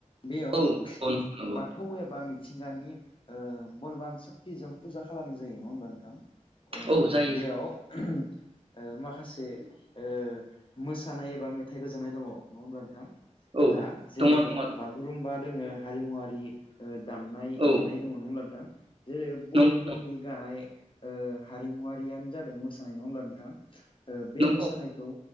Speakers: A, on the left (about 40°); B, on the right (about 45°).
A: बेयाव
B: औ औ नंगौ नंगौ
A: बाथौ एबा मि मिथिसिंगानि ओ बलबान सक्तिजों फुजा खालामनाय जायो नङा होनबा नोंथां ओ
B: औ जाय
A: बेयाव ओ माखासे ओ मोसानाय एबा मेथाइ रोजाबनाय दङ नङा होनब्ला नोंथां
B: औ
A: दा जेरै
B: दङ दङ
A: बागुरुम्बा दोङो हारिमुवारि ओ दामनाय
B: औ
A: देनाय दङ नंङाहोमब्ला थां जेरै बर'फोरनि
B: नंगौ
A: गाहाय ओ हारिमु हारियनो जादों मोसानाय नङा होनब्ला नोंथां ओ बे
B: नंगौ
A: मोसानायखौ